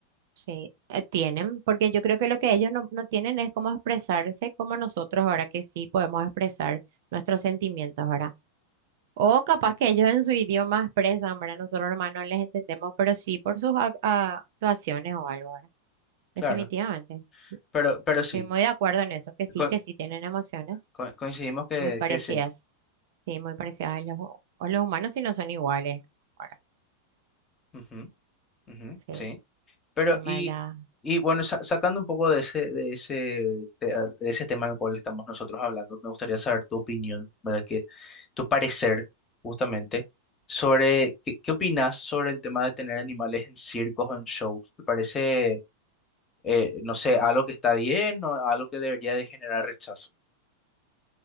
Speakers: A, on the right; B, on the left.
A: sí, eh, tienen, porque yo creo que lo que ellos no, no tienen es cómo expresarse como nosotros ahora que sí podemos expresar nuestros sentimientos ahora. O capaz
B: sí,
A: que ellos en su idioma expresan, ¿verdad? Nosotros nomás no les entendemos, pero sí por sus ac- a- actuaciones o algo, ¿verdad?
B: claro,
A: Definitivamente.
B: pero, pero sí,
A: Estoy muy de acuerdo en eso, que sí,
B: co-
A: que sí tienen emociones
B: co- coincidimos que,
A: muy parecidas.
B: que sí,
A: Sí, muy parecidas a los, hu- o los humanos si no son iguales. ¿no? Ahora,
B: Ujú, ujú.
A: sí,
B: sí, pero
A: el tema
B: y,
A: de la...
B: y bueno, sa- sacando un poco de ese, de ese, te- ah, de ese tema al cual estamos nosotros hablando, me gustaría saber tu opinión, ¿verdad? Que, tu parecer, justamente, sobre, ¿qué, qué opinas sobre el tema de tener animales en circos o en shows? ¿Te parece, eh, no sé, algo que está bien o algo que debería de generar rechazo?